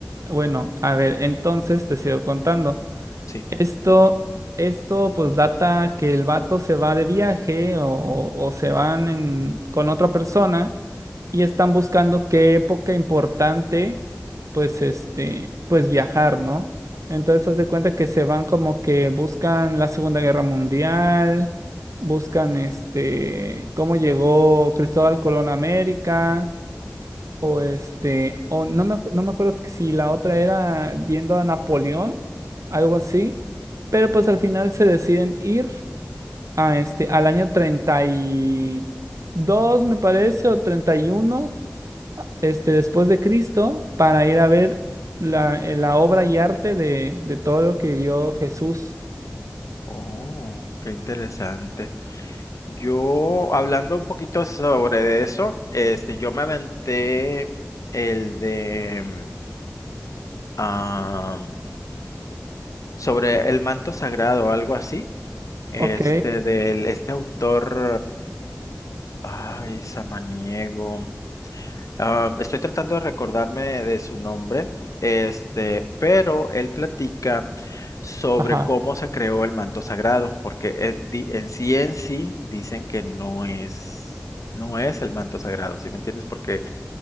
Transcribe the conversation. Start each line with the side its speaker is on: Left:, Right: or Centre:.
Right: Bueno, a ver, entonces te sigo contando.
Left: Sí.
Right: Esto, esto pues data que el vato se va de viaje o, o- o se van en- con otra persona y están buscando qué época importante, pues este, pues viajar, ¿no? Entonces haz de cuenta que se van como que buscan la Segunda Guerra Mundial, buscan este, cómo llegó Cristóbal Colón a América o este, o no me, acu- no me acuerdo si la otra era viendo a Napoleón, algo así, pero pues al final se deciden ir a este, al año treinta y dos me parece, o 31 este, después de Cristo, para ir a ver la, eh, la obra y arte de, de todo lo que vio Jesús.
Left: Oh, qué interesante. Yo, hablando un poquito sobre eso, este, yo me aventé el de mm, ah, sobre el manto sagrado, algo así, este,
Right: Ok,
Left: del, este autor, ah, ay, samaniego. Am, estoy tratando de recordarme de su nombre, este, pero él platica sobre
Right: ajá,
Left: cómo se creó el manto sagrado, porque eh, di- en sí en sí dicen que no es, no es el manto sagrado, ¿sí me entiendes? Porque